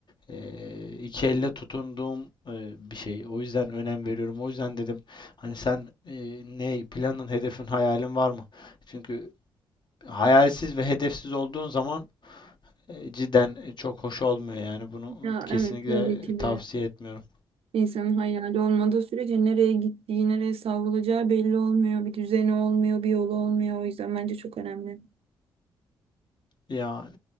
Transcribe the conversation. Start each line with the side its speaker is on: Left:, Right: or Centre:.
Left: eee iki elle tutunduğum eee, bir şey. O yüzden önem veriyorum. O yüzden dedim hani sen eee, ne planın, hedefin, hayalin var mı? Çünkü hayalsiz ve hedefsiz olduğun zaman e, cidden e, çok hoş olmuyor yani bunu
Right: Ya
Left: kesinlikle
Right: evet tabii ki de
Left: tavsiye etmiyorum.
Right: insanın hayali olmadığı sürece nereye gittiği, nereye savrulacağı belli olmuyor. Bir düzeni olmuyor, bir yolu olmuyor. O yüzden bence çok önemli.
Left: Yani